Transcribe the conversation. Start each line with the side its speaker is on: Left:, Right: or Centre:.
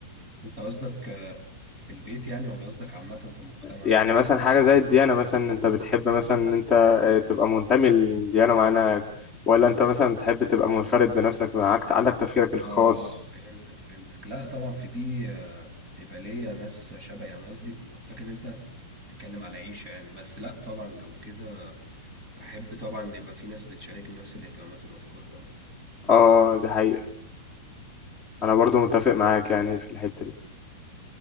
Right: انت قصدك آه، في البيت يعني ولا قصدك عامة في المجتمع
Centre: يعني مثلا حاجه زي الديانه مثلا انت بتحب مثلا ان انت آه، تبقى منتمي لديانه معينه ولا انت مثلا بتحب تبقى منفرد بنفسك معاك عندك تفكيرك
Right: اه
Centre: الخاص
Right: فهمتك فهمتك لا طبعا في دي آه، يبقى ليا ناس شبهي انا قصدي كنت فاكر إن انت تتكلم على عيشة يعني بس لا طبعا لو كده احب طبعا يبقى في ناس بتشاركني نفس الاهتمامات والافكار طبعا
Centre: اه دي حقيقه انا برضو متفق معاك يعني في الحته دي